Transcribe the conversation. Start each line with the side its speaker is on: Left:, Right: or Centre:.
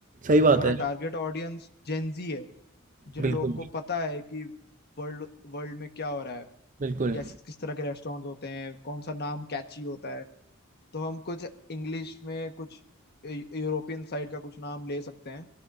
Right: सही बात
Left: हमारा
Right: है
Left: टारगेट ऑडियंस जेंजी है जिन
Right: बिल्कुल
Left: लोगों को पता है कि वर्ल्ड वर्ल्ड में क्या हो रहा है
Right: बिल्कुल
Left: कैसे किस तरह के रेस्टोरेंट होते हैं कौन सा नाम कैची होता है तो हम कुछ इंग्लिश में कुछ यूरोपियन साइड का कुछ नाम ले सकते हैं